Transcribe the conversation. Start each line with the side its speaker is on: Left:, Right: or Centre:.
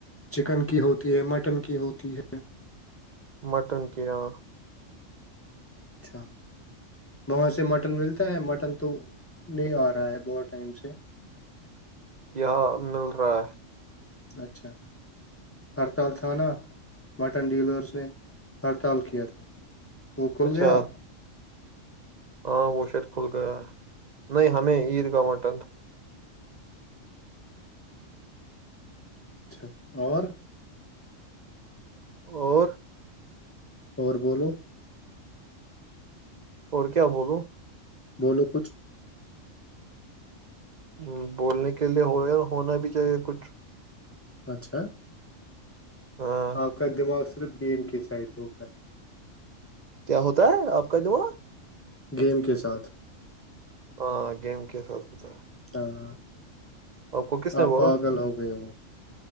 Left: چکن کی ہوتی ہے مٹن کی ہوتی ہے
Right: مٹن کیا ہاں
Left: اچھا وہاں سے مٹن ملتا ہے مٹن تو نہیں آ رہا ہے بہت ٹائم سے
Right: یہاں مل رہا ہے
Left: اچھا ہڑتال تھا نا مٹن ڈیلرس نے ہڑتال کیا تھا وہ کھل
Right: اچھا
Left: گیا آپ
Right: ہاں وہ شاید کھل گیا ہے نہیں ہمیں
Left: اچھا
Right: عیدگاہ مٹن
Left: اچھا اور
Right: اور
Left: اور بولو
Right: اور کیا بولوں
Left: وہ لوگ کچھ
Right: ہ بولنے کے لیے ہو رہا ہونا بھی چاہیے کچھ
Left: اچھا
Right: ہاں
Left: آپ کا دماغ صرف گیم کے سائڈ ہوتا ہے
Right: کیا ہوتا ہے آپ کا دیمار
Left: گیم کے ساتھ
Right: ہاں گیم کیسا ہو ہوتا
Left: ہاں
Right: کو کس نے
Left: آپ
Right: بولا
Left: پاگل ہو گئے ہو